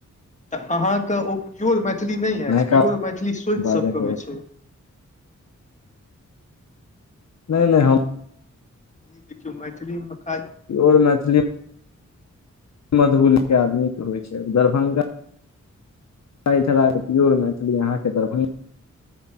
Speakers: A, on the left; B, on the left.
A: तऽ अहाँकेँ ओ प्योर मैथिली नहि अछि,
B: नयका
A: प्योर मैथिली सोति
B: बाजय
A: सभके
B: के
A: होइत छै
B: नहि नहि हम।
A: खाली देखियौ मैथिलीमे खाल।
B: प्योर मैथिली। मधुबुल के आदमीके होइ छै दरभंगा। प्योर मैथिली अहाँकेँ दरभंगा